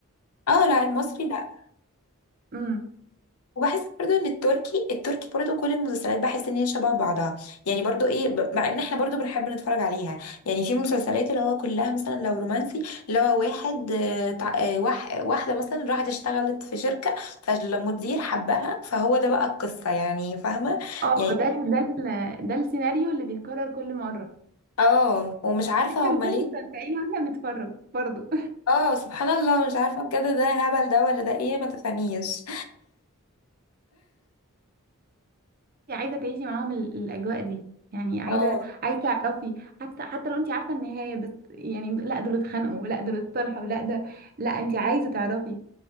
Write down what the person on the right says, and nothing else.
المصري
اه
ده ال- ده ال- ده السيناريو اللي بيتكرر كل مرة
احنا
بنكون
مستمتعين واحنا بنتفرج برضه
<laughs> انت عايزة تعيشي معاهم ال- الأجواء دي يعني عايزة
عايزة تعرفي حتى حتى لو انت عارفة النهاية بس يعني لا دول اتخانقوا ولا دول اتصالحوا ولا ده لا انت عايزة تعرفي